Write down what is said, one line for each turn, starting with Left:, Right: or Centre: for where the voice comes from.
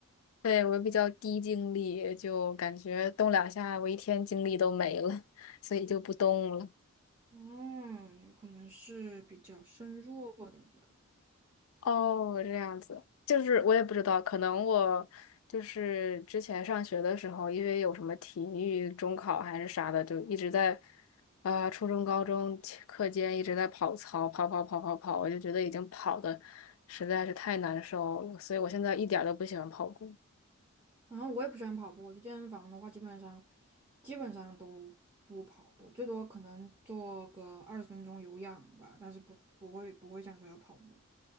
Left: 对，我比较低精力，就感觉动两下，我一天精力都没了，所以就不动了。
Right: 嗯，有可能是比较身弱的人。
Left: 哦，这样子，就是我也不知道，可能我就是之前上学的时候，因为有什么体育中考还是啥的，就一直在啊、初中、高中期课间一直在跑操，跑跑跑跑跑，我就觉得已经跑的实在是太难受了，所以我现在一点儿都不喜欢跑步
Right: 然后我也不喜欢跑步，我去健身房的话，基本上基本上都不跑步，最多可能做个二十分钟有氧吧，但是不不会不会想说要跑步。